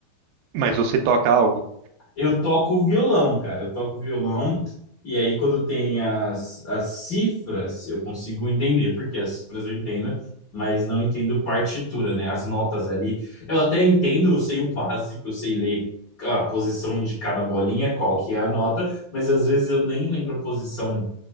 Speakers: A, on the right (about 80°); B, on the left (about 60°).
A: Mas você toca algo?
B: Eu toco violão, cara. Eu toco violão. E aí, quando tem as, as cifras, eu consigo entender, porque as cifras eu entendo, mas não entendo partitura, né? As notas ali. Eu até entendo, eu sei o básico, eu sei ler a posição de cada bolinha, qual que é a nota, mas às vezes eu nem lembro a posição